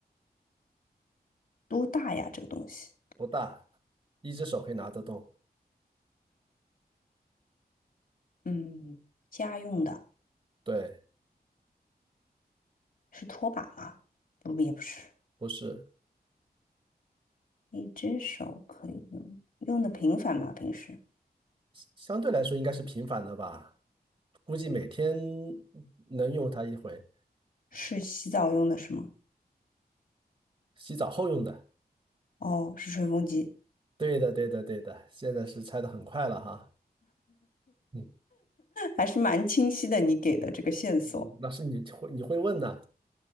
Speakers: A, on the left (about 60°); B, on the right (about 30°).
A: 多大呀？这个东西，
B: 不大，一只手可以拿得动，
A: 嗯，家用的
B: 对，
A: 是拖把吗？不，也不是，
B: 不是，
A: 一只手可以用，用的频繁吗？平时
B: 相对来说应该是频繁的吧，估计每天能用它一回，
A: 是洗澡用的是吗？
B: 洗澡后用的，
A: 哦，是吹风机。
B: 对的，对的，对的，现在是拆的很快了哈，嗯
A: 还是蛮清晰的，你给的这个线索，
B: 嗯，那是你会你会问的，